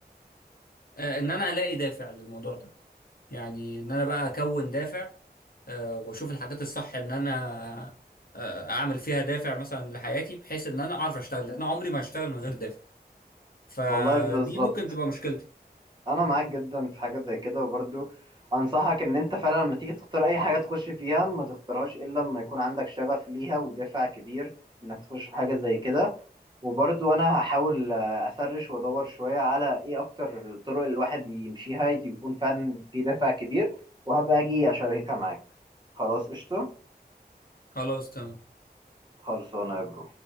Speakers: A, on the left (about 60°); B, on the right (about 25°).
A: آه، ان انا الاقي دافع للموضوع ده يعني ان انا بقى اكون دافع آه، واشوف الحاجات الصح ان انا آه، اعمل فيها دافع مثلا لحياتي بحيث ان انا اعرف اشتغل لأن انا عمري ما هشتغل من غير دافع فدي
B: والله بالظبط
A: ممكن تبقى مشكلتي
B: انا معاك جدا في حاجه زي كده وبرضو انصحك ان انت فعلا لما تيجي تختار اي حاجه تخش فيها ما تختارهاش الا لما يكون عندك شغف ليها ودافع كبير انك تخش في حاجه زي كده وبرضو انا هحاول آه، اسرش وادور شويه على ايه اكتر الطرق اللي الواحد يمشيها يكون فعلا في دافع كبير وهبقى اجي اشاركها معاك خلاص قشطه
A: خلاص تمام
B: خلصانه يا برو